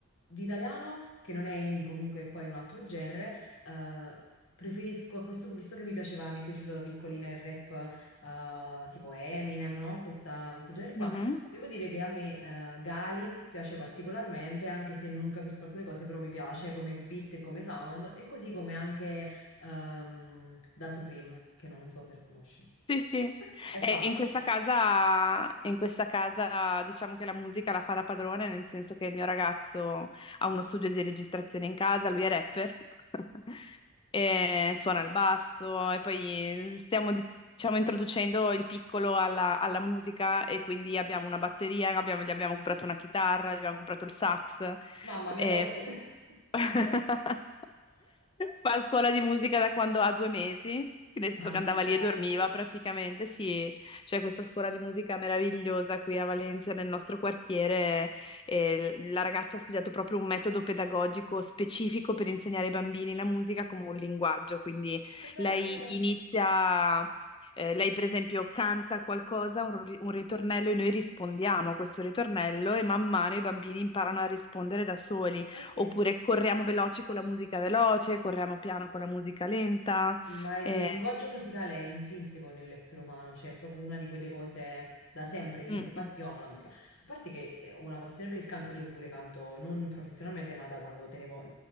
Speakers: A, on the left (about 80°); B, on the left (about 25°).
A: l'italiano, che non è indie comunque, poi è un altro genere, eh, preferisco a questo, visto che mi piaceva, mi è piaciuto da piccolina il rap, eh, tipo Eminem, no? Questa- questo genere qua.
B: Mhm.
A: Devo dire che a me eh, Gali piace particolarmente, anche se non capisco alcune cose, però mi piace come beat e come sound, e così come anche ehm, da Supreme, che non so se conosci.
B: Sì, sì.
A: È
B: E
A: pazzo.
B: in questa casa, in questa casa diciamo che la musica la fa la padrona, nel senso che il mio ragazzo ha uno studio di registrazione in casa, lui è rapper, <laughs> e suona il basso e poi stiamo diciamo introducendo il piccolo alla, alla musica e quindi abbiamo una batteria, abbiamo- gli abbiamo comprato una chitarra, gli abbiamo comprato il sax,
A: Mamma, mi
B: e
A: adotti. <laughs>
B: <laughs> Fa a scuola di musica da quando ha due mesi, nel
A: Ah,
B: senso che andava
A: che bello,
B: lì e dormiva praticamente. Sì, c'è questa scuola di musica meravigliosa qui a Valencia, nel nostro quartiere. e la ragazza ha studiato proprio un metodo pedagogico specifico per insegnare ai bambini la musica come un linguaggio. Quindi
A: che bello.
B: lei inizia. eh, lei, per esempio, canta qualcosa, un, ri- un ritornello, e noi rispondiamo a questo ritornello, e man mano i bambini imparano a rispondere da soli.
A: Eh sì.
B: Oppure corriamo veloci con la musica veloce, corriamo piano con la musica lenta.
A: Ma il
B: eh,
A: linguaggio musicale è intrinseco nell'essere umano, cioè è proprio una di quelle cose da sempre esiste.
B: mm,
A: Infatti
B: mm,
A: io amo la musica. A parte che eh, ho una passione per il canto, io pure canto non professionalmente, ma da quando tenevo...